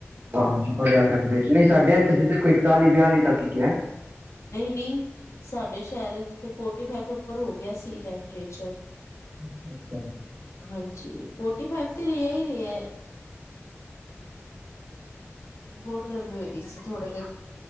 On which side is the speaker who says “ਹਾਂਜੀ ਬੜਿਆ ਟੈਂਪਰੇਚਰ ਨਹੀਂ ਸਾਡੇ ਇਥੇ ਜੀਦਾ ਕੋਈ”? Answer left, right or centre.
Right